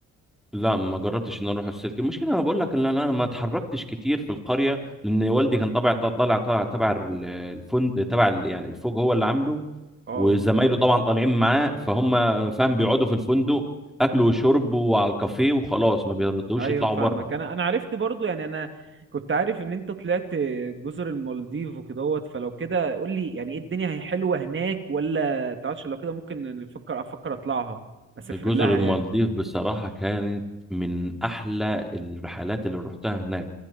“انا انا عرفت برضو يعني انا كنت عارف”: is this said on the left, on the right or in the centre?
Right